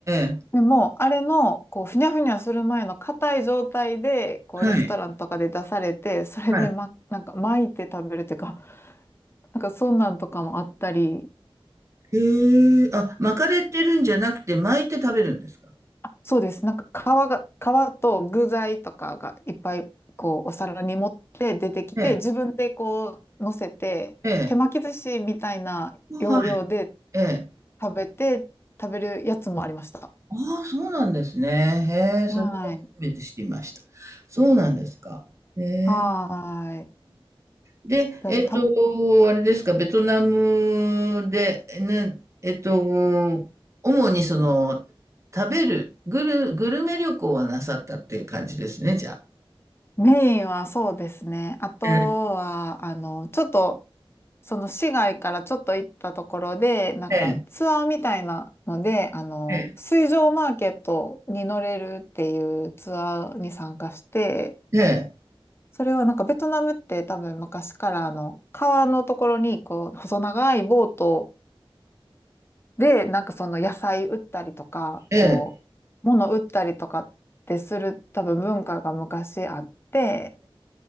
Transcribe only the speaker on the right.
ええ。
はい。
はい。
へえ、あ、巻かれてるんじゃなくて巻いて食べるんですか。
ええ
ええ。
ええはい。ええ。
ああ、そうなんですね。へえ、
それは初めて知りました。そうなんですか。へえ。
で、
えっと、
あれですか、ベトナムで、ね、えっと、主にその、食べる、グル、グルメ旅行はなさったっていう感じですね、じゃあ。
ええ、
え
え、
ええ、
ええ、